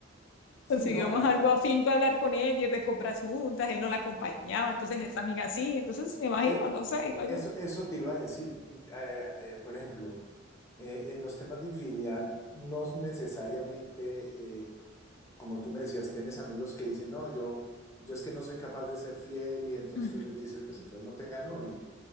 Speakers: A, on the left (about 15°); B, on the left (about 70°).
A: sí,
B: Conseguimos
A: no, al fi-
B: algo
A: a-
B: afinco hablar con ellas, de compras juntas, él no la acompañaba, entonces esta amiga sí, entonces me imagino,
A: eh,
B: no sé, digo yo.
A: eso, eso te iba a decir. Eh, eh, por ejemplo, eh, en los temas de infidelidad, no es necesariamente, eh, como tú me decías, tienes amigos que dicen, no, yo, yo es que no soy capaz de ser fiel y entonces
B: Ujú,
A: tú les dices, pues entonces no tenga novia.